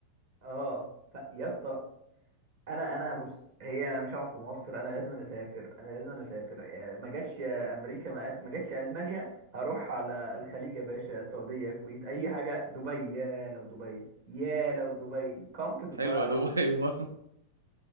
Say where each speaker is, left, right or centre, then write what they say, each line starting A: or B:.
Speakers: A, on the right; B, on the right.
A: اه فيا اسطى انا انا بص هي مش هقعد في مصر انا لازم أنا اسافر انا لازم أنا اسافر يعني ما جاتش امريكا ما جات- ما جاتش المانيا هروح على الخليج يا باشا السعوديه الكويت اي حاجه دبي يا لو دبي يا لو دبي come to دبي
B: حلوة دبي <laughs> برضه